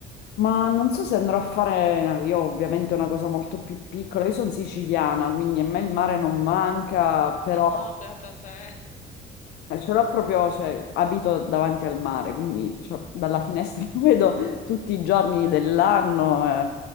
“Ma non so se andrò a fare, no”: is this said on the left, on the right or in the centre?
Left